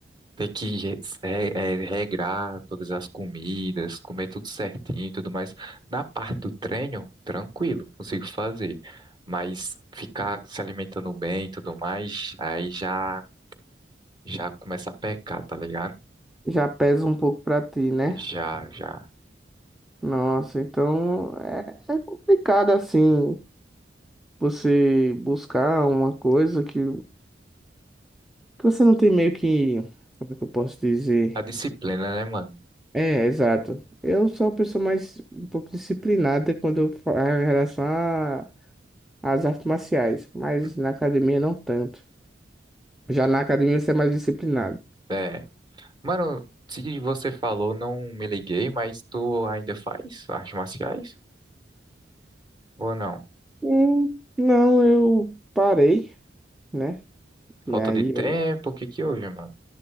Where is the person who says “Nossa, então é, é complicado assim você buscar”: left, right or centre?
Centre